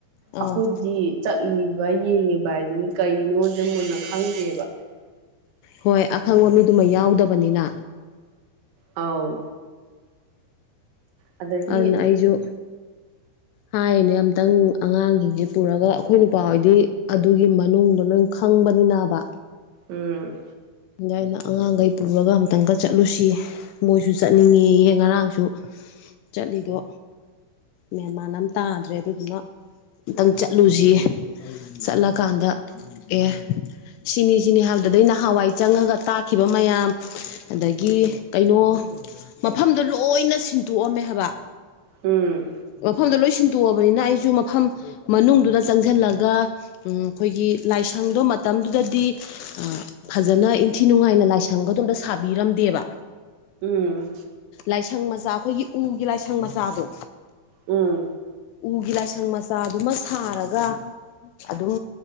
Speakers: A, on the left; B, on the right.
A: ꯑꯥ
B: ꯑꯩꯈꯣꯏꯗꯤ ꯆꯠꯂꯤꯕ ꯌꯦꯡꯉꯤꯕ ꯚꯥꯏꯗꯨꯅꯦ ꯀꯩꯅꯣꯁꯦ ꯃꯨꯟꯅ ꯈꯪꯗꯦꯕ
A: ꯍꯣꯏ ꯑꯈꯪꯕ ꯃꯤꯗꯨꯃ ꯌꯥꯎꯗꯕꯅꯤꯅ
B: ꯑꯥꯎ ꯑꯗꯒꯤ
A: ꯑꯗꯨꯅ ꯑꯩꯖꯨ ꯍꯥꯏꯔꯤꯅꯦ ꯑꯝꯇꯪ ꯑꯉꯥꯡꯁꯤꯡꯁꯦ ꯄꯨꯔꯒ ꯑꯩꯈꯣꯏ ꯅꯨꯄꯥ ꯍꯣꯏꯗꯤ ꯑꯗꯨꯒꯤ ꯃꯅꯨꯡꯗ ꯈꯪꯕꯅꯤꯅꯕ
B: ꯎꯝ
A: ꯑꯗꯨ ꯑꯩꯅ ꯑꯉꯥꯡꯈꯩ ꯄꯨꯔꯒ ꯑꯃꯝꯇꯪꯒ ꯆꯠꯂꯨꯁꯤ ꯃꯣꯏꯁꯨ ꯆꯠꯅꯤꯡꯉꯦꯌꯦ ꯉꯔꯥꯡꯁꯨ ꯆꯠꯂꯤꯗꯣ ꯃꯦꯟꯃꯥꯟ ꯑꯃ ꯇꯥꯗ꯭ꯔꯦ ꯑꯗꯨꯗꯨꯅ ꯑꯝꯇꯪ ꯆꯠꯂꯨꯁꯤ ꯆꯠꯂꯀꯥꯟꯗ ꯑꯦ ꯁꯤꯅꯤ ꯁꯤꯅꯤ ꯍꯥꯏꯕꯗꯗꯩ ꯅꯍꯥꯟꯋꯥꯏ ꯆꯪꯉꯒ ꯇꯥꯛꯈꯤꯕ ꯃꯌꯥꯝ ꯑꯗꯒꯤ ꯀꯩꯅꯣ ꯃꯐꯝꯗꯨꯣ ꯂꯣꯏꯅ ꯁꯤꯟꯇꯣꯛꯑꯝꯃꯦ ꯍꯥꯏꯕ
B: ꯎꯝ
A: ꯃꯐꯝꯗ ꯂꯣꯏ ꯁꯤꯟꯇꯣꯛꯑꯕꯅꯤꯅ ꯑꯩꯁꯨ ꯃꯐꯝ ꯃꯅꯨꯡꯗꯨꯗ ꯆꯪꯁꯤꯜꯂꯒ ꯑꯩꯈꯣꯏꯒꯤ ꯂꯥꯏꯁꯪꯗꯣ ꯃꯇꯝꯗꯨꯗꯗꯤ ꯐꯖꯅ ꯏꯟꯊꯤ ꯅꯨꯡꯉꯥꯏꯅ ꯂꯥꯏꯁꯪꯒꯗꯣ ꯁꯥꯕꯤꯔꯝꯗꯦꯕ
B: ꯎꯝ
A: ꯂꯥꯏꯁꯪ ꯃꯆꯥ ꯑꯩꯈꯣꯏꯒꯤ ꯎꯒꯤ ꯂꯥꯏꯁꯪ ꯃꯆꯥꯗꯣ
B: ꯎꯝ
A: ꯎꯒꯤ ꯂꯥꯏꯁꯪ ꯃꯆꯥꯗꯨꯃ ꯁꯥꯔꯒ ꯑꯗꯨꯝ